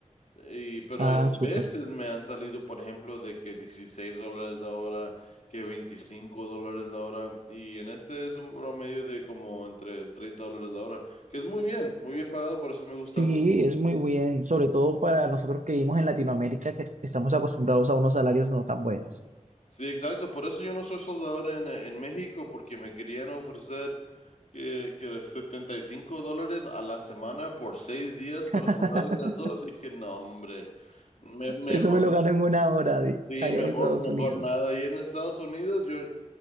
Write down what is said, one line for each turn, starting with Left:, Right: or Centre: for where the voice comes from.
Left: Y, pero
Right: Ah,
Left: en
Right: súper.
Left: veces me han salido, por ejemplo, de que 16 dólares la hora, que 25 dólares la hora. Y en este es un promedio de como entre 30 dólares la hora, que es muy bien, muy bien pagado, por eso me gusta
Right: Sí,
Left: mucho.
Right: es muy bien, sobre todo para nosotros que vivimos en Latinoamérica, que estamos acostumbrados a unos salarios no tan buenos.
Left: Sí, exacto. Por eso yo no soy soldador en, en México, porque me querían ofrecer que, que era 75 dólares a la semana por seis días
Right: <laughs>
Left: para soldar en el sol. Dije, no, hombre, me- mejor,
Right: Eso me lo gano en una hora de,
Left: sí,
Right: allá
Left: mejor,
Right: en Estados
Left: mejor
Right: Unidos.
Left: nada. Y en Estados Unidos, yo